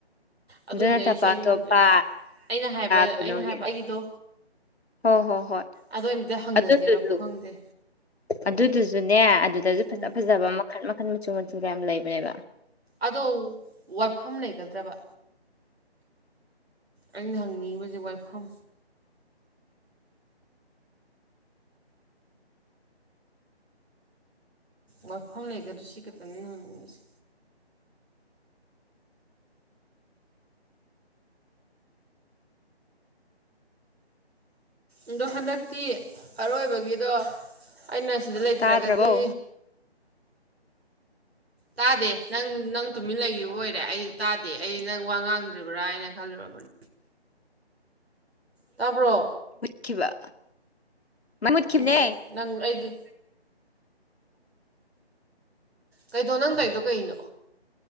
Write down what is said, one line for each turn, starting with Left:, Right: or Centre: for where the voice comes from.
Right: ꯑꯗꯨꯗꯤ
Left: ꯑꯗꯨ ꯅꯠꯇꯕ
Right: ꯑꯩ ꯁꯦꯠꯅꯤꯡꯗ꯭ꯔꯦ
Left: ꯑꯇꯣꯞꯄ
Right: ꯑꯩꯅ ꯍꯥꯏꯕ
Left: ꯀꯩꯅꯣꯒꯤ
Right: ꯑꯩꯅ ꯍꯥꯏꯕ ꯑꯩꯒꯤꯗꯣ
Left: ꯍꯣꯏ ꯍꯣꯏ ꯍꯣꯏ
Right: ꯑꯗꯣ ꯑꯝꯇ ꯍꯪꯅꯁꯤꯔꯕꯨ
Left: ꯑꯗꯨꯗꯨꯁꯨ
Right: ꯈꯪꯗꯦ
Left: ꯑꯗꯨꯗꯨꯁꯨꯅꯦ ꯑꯗꯨꯗꯁꯨ ꯐꯖ
Right: ꯎꯝ
Left: ꯐꯖꯕ ꯃꯈꯜ ꯃꯈꯟ ꯃꯆꯨ ꯃꯆꯨꯒ ꯌꯥꯝ ꯂꯩꯕꯅꯦꯕ
Right: ꯑꯗꯣ ꯋꯥꯏꯐꯝ ꯂꯩꯒꯗ꯭ꯔꯕ ꯑꯩꯅ ꯍꯪꯅꯤꯡꯉꯤꯕꯁꯦ ꯋꯥꯏꯐꯝ ꯋꯥꯐꯝ ꯂꯩꯒ꯭ꯔ ꯁꯤ ꯈꯛꯇꯅꯤꯍꯪꯅꯤꯡꯉꯁꯦ ꯑꯗꯣ ꯍꯟꯗꯛꯇꯤ ꯑꯔꯣꯏꯕꯒꯤꯗꯣ ꯑꯩꯅ ꯁꯤꯗ ꯂꯩꯇ꯭ꯔꯒꯗꯤ
Left: ꯇꯥꯗ꯭ꯔꯕꯣ
Right: ꯇꯥꯗꯦ ꯅꯪ ꯅꯪ ꯇꯨꯃꯤꯟ ꯂꯩꯈꯤꯕ ꯑꯣꯏꯔꯦ ꯑꯩ ꯇꯥꯗꯦ ꯑꯩ ꯅꯪ ꯋꯥ ꯉꯥꯡꯗ꯭ꯔꯤꯕ꯭ꯔꯥ ꯍꯥꯏꯅ ꯈꯜꯂꯨꯔꯕꯅꯤ ꯇꯥꯕ꯭ꯔꯣ
Left: ꯈꯤꯕ ꯃ ꯃꯨꯠꯈꯤꯕꯅꯦ
Right: ꯎꯝ ꯅꯪ ꯑꯩꯗꯤ ꯀꯩꯗꯣ ꯅꯪ ꯀꯩꯗꯣ ꯀꯩꯅꯣ